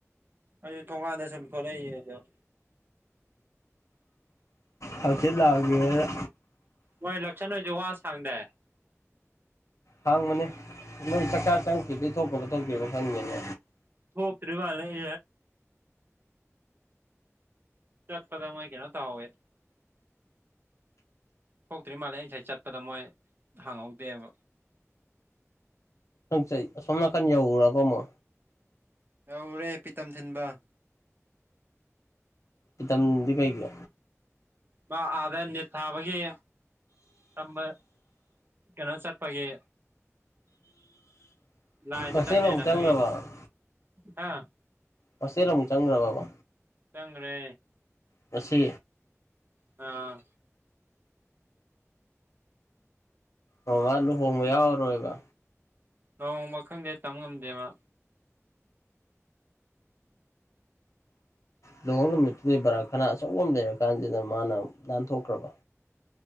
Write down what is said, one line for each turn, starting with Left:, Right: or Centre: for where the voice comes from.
Right: ꯑꯩ ꯊꯣꯡꯀꯥꯟꯗ ꯁꯨꯝ ꯊꯣꯛꯂꯛꯏꯌꯦ ꯗꯨꯝ
Left: ꯍꯪꯆꯤꯠ ꯂꯥꯛꯑꯒꯦꯅ
Right: ꯃꯣꯏ ꯂꯛꯁꯤꯟꯗꯣꯏꯁꯦ ꯋꯥ ꯁꯥꯡꯗꯦ
Left: ꯍꯥꯡꯕꯅꯦ ꯅꯣꯏ ꯆꯥꯛꯆꯥ ꯆꯪꯉꯈꯤꯕꯗꯩ ꯊꯣꯛꯒ꯭ꯔꯕꯥ ꯊꯣꯛꯇꯔꯤꯕꯥ ꯈꯪꯗꯦꯅꯦ
Right: ꯊꯣꯛꯇꯔꯤ ꯃꯥꯜꯂꯦ <inaudible> ꯆꯠꯄꯗ ꯃꯣꯢ ꯀꯩꯅꯣ ꯇꯧꯍꯧꯋꯦ ꯊꯣꯛꯇ꯭ꯔꯤ ꯃꯥꯜꯂꯦ ꯑꯩ ꯉꯁꯥꯏ ꯆꯠꯄꯗ ꯃꯣꯏ ꯍꯪꯍꯧꯗꯦꯕ
Left: ꯅꯪꯁꯩ ꯑꯁꯣꯝ ꯅꯥꯀꯥꯟ ꯌꯎꯔꯕ ꯑꯃꯣ
Right: ꯌꯧꯔꯦ ꯄꯤꯇꯝ ꯊꯤꯟꯕ
Left: ꯐꯇꯝꯗꯤ ꯀꯩꯒꯤ
Right: ꯃꯥ ꯑꯥꯗ ꯅꯤꯠ ꯊꯥꯕꯒꯤ ꯇꯝꯕ ꯀꯩꯅꯣ ꯆꯠꯄꯒꯤꯦ ꯂꯥꯏꯗ
Left: ꯍꯣꯁꯇꯦꯜ
Right: ꯆꯅ
Left: ꯑꯃꯨꯛ ꯆꯪꯈ꯭ꯔꯕ
Right: ꯑꯗꯨ ꯍꯥ
Left: ꯄꯁꯦꯜ ꯑꯃꯨꯛ ꯆꯪꯈ꯭ꯔꯒꯀꯣ
Right: ꯆꯪꯒ꯭ꯔꯦ
Left: ꯉꯁꯤ
Right: ꯑꯥ
Left: ꯑꯣ ꯃꯥ ꯂꯨꯍꯣꯡꯕ ꯌꯥꯎꯔꯔꯣꯏꯕ
Right: ꯂꯨꯍꯣꯡꯕ ꯈꯪꯗꯦ ꯇꯝꯕ ꯉꯝꯗꯦ ꯃꯥ
Left: ꯂꯨꯍꯣꯡ ꯅꯨꯃꯤꯠꯇꯨꯗꯤ ꯕꯔꯥ ꯈꯅꯥ ꯑꯆꯧꯕ ꯑꯃ ꯂꯩꯔ ꯀꯥꯟꯁꯤꯗ ꯃꯥꯅ ꯅꯥꯟꯊꯣꯛꯈ꯭ꯔꯕꯥ